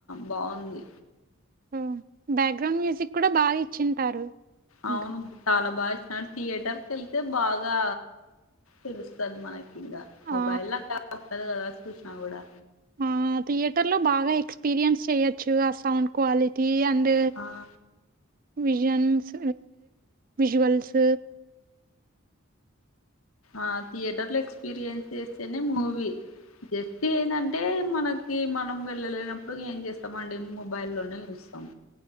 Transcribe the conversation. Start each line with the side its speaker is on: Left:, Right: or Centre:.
Left: బావుంది
Right: ఉమ్ బాగ్రౌండ్ మ్యూజిక్ కూడా బాగా ఇచ్చింటారు
Left: అవును
Right: ఇంకా
Left: చాలా బాగా ఇచ్చినాడు <inaudible> థియేటర్కి వెళ్తే బాగా తెలుస్ మనకి ఇంగ మొబైల్
Right: ఆ
Left: ల <unintelligible> చూసిన కూడా
Right: అ థియేటర్ లో బాగా ఎక్స్పీరియన్స్ చెయ్యొచ్చు అ సౌండ్ క్వాలిటీ అండ్
Left: ఆ
Right: విజన్స్ విజువల్స్
Left: అ థియేటర్ లో ఎక్స్పీరియన్స్ చేస్తేనే మూవీ జస్ట్ ఏందంటే టే మనకి మనం వెళ్ళలేనప్పుడు ఏం చేస్తాం అండి మొబైల్ లోనే చూస్తాం